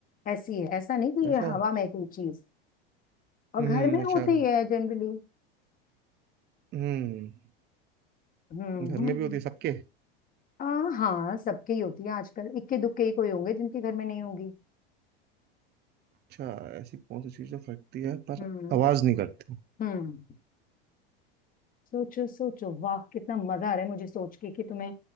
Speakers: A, on the left (about 30°); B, on the right (about 35°).
A: ऐसी है ऐसा नहीं कि
B: है
A: ये
B: ऐसा
A: हवा में कोई चीज और
B: हम्म
A: घर में
B: अच्छा
A: होती है जनरली
B: हम्म
A: हम्म
B: घर
A: हम्म।
B: में भी होती है सबके
A: आ, हाँ सबके ही होती है आजकल इक्के दुक्के ही कोई होंगे जिनके घर में नहीं होगी
B: अच्छा ऐसी कौन सी चीज जो फटती है पर
A: हम्म
B: आवाज नहीं करती
A: हम्म सोचो सोचो वाह कितना मजा आ रहा है मुझे सोच के कि तुम्हें